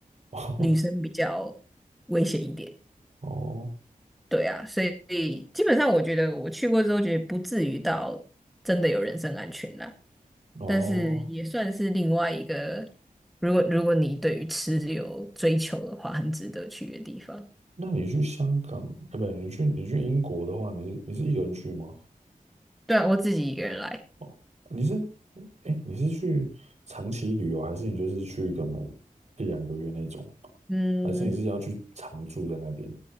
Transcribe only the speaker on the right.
<laughs> 哦
哦。
哦，
那你去香港，哎，不对，你去你去英国的话，你是你是一个人去吗？
哦，你是，哎，你是去长期旅游，还是你就是去个门一两个月那种？
还是你是要去常住在那边？